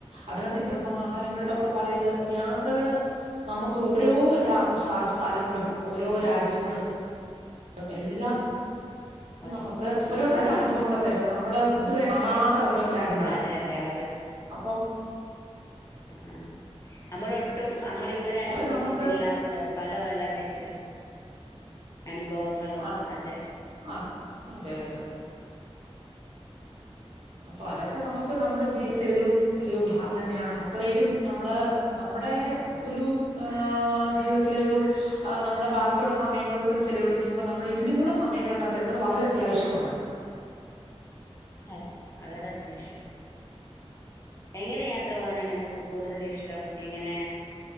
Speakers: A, on the right; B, on the left.
A: അദ്ദേഹത്തിന്റെ സമാഹാരങ്ങളിലൊക്കെ പറയത് യാത്രകൾ നമുക്ക് ഓരോ സ്ഥലങ്ങളും ഓരോ രാജ്യങ്ങളും
B: ആ
A: ഉം എല്ലാം
B: ഒരു
A: നമുക്ക്
B: ഉം
A: ഓരോ <unintelligible> ത്ത
B: ഉം
A: അനുഭവങ്ങളാ തരു നമ്മള് ഇതുവരെ കാണാ ത്തഓരോ രാജ്യങ്ങള്
B: അതെ അതെ ഓരോരുത്ത
A: അപ്പം
B: ഉം നമ്മളൊട്ടും നമ്മൾ ഇതുവരെ അനുഭവിച്ചിട്ടില്ലാത്ത
A: അത് നമുക്ക്
B: തല വല്ലാതായിട്ട് അനുഭവങ്ങളും
A: ആ
B: അത്
A: ആ അതെ അതെ അതെ അപ്പൊ അതൊക്കെ നമുക്ക് നമ്മുടെ ജീവിതന്റെ ഒരു ഒരു ഭാവം തന്നെയാണ് നമ്മുക്ക് എന്തലും നമ്മള നമ്മുടെ
B: ഉം
A: ഒരു ഏ ജീവിതത്തിലെ ഒരു നമ്മളെ ബാക്കിയുള്ള സമയങ്ങൾക്ക്ത് ചെലവഴിക്കുമ്പോൾ നമ്മൾ ഇതിനും കൂടെ സമയം കണ്ടെത്തേണ്ടത് വളരെ അത്യാവശ്യമാണ്
B: ആ വളരെ അത്യാവശ്യം എങ്ങനെ യാത്ര പോവാനാണ് നിങ്ങൾക്ക് കൂടുതൽ ഇഷ്ടം എങ്ങനെ